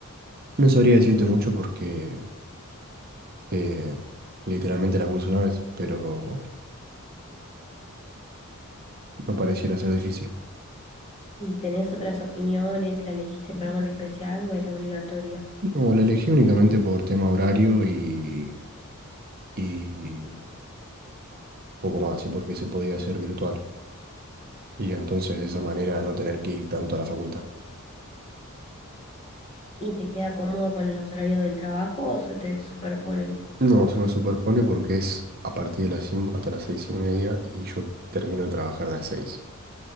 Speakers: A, on the right; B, on the left.
A: No sabría decirte mucho porque eh, literalmente la curso una vez, pero no pareciera ser difícil.
B: ¿Y ¿Tenés otras opiniones? ¿La elegiste para algo en especial o era obligatoria?
A: No, la elegí únicamente por tema horario y, y poco más, y porque se podía hacer virtual. Y entonces de esa manera no tener que ir tanto a la facultad.
B: ¿Y te queda cómodo con los horarios del trabajo o se te superponen?
A: No, se me superpone porque es a partir de las 5 hasta las 6 y media y yo termino de trabajar a las seis